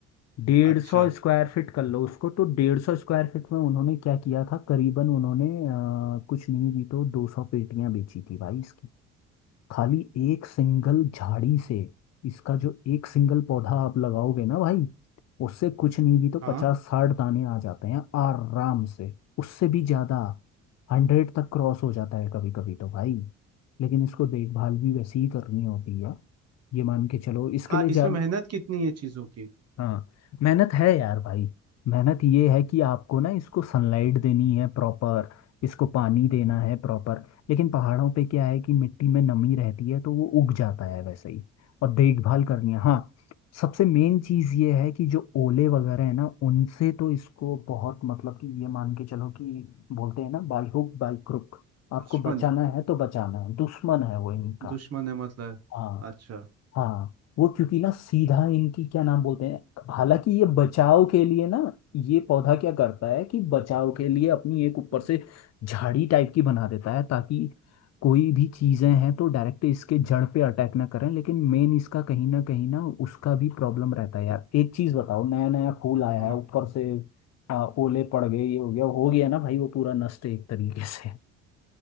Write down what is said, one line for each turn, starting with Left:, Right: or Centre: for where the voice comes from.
Left: डेढ़
Right: अच्छा
Left: सौ स्क्वायर फीट कर लो उसको तो डेढ़ सौ स्क्वायर फीट में उन्होंने क्या किया था करीबन उन्होंने अ, कुछ नहीं भी तो दो सौ पेटियां बेची थी भाई इसकी खाली एक सिंगल झाड़ी से इसका जो एक सिंगल पौधा आप लगाओगे ना भाई उससे कुछ नहीं भी तो
Right: हाँ
Left: पचास साठ दाने आ जाते हैं आराम से उससे भी ज्यादा हंड्रेड तक क्रॉस हो जाता है कभी कभी तो भाई लेकिन इसको देखभाल भी वैसे ही करनी होती है ये मान के चलो इसके
Right: हाँ
Left: लिए ज्यादा
Right: इसमें मेहनत कितनी है चीजों की
Left: हाँ मेहनत है यार भाई मेहनत ये है कि आपको ना इसको सनलाइट देनी है प्रॉपर इसको पानी देना
Right: हम्म,
Left: है प्रॉपर लेकिन पहाड़ों पे क्या है कि मिट्टी में नमी रहती है तो वो उग जाता है वैसे ही और देखभाल करनी है हाँ सबसे मेन चीज़ ये है कि जो ओले वगैरह है ना उनसे तो इसको बहुत मतलब कि ये मान के चलो कि बोलते हैं ना बाई हुक बाई क्रुक आपको
Right: दुश्मन
Left: बचाना है तो बचाना है दुश्मन है वो इनका
Right: दुश्मन है मतलब
Left: हाँ
Right: अच्छा
Left: हाँ वो क्योंकि ना सीधा इनकी क्या नाम बोलते हैं हालांकि ये बचाव के लिए ना ये पौधा क्या करता है कि बचाव के लिए अपनी एक ऊपर
Right: हम्म,
Left: से झाड़ी टाइप की बना देता है ताकि कोई भी चीजें हैं तो डायरेक्ट इसके जड़ पे अटैक ना करें लेकिन मेन इसका कहीं ना कहीं ना उसका भी प्रॉब्लम रहता है यार एक चीज बताओ नया नया फूल आया
Right: हाँ
Left: है ऊपर से आ, ओले पड़ गए ये हो गया हो गया ना भाई वो पूरा नष्ट है एक तरीके से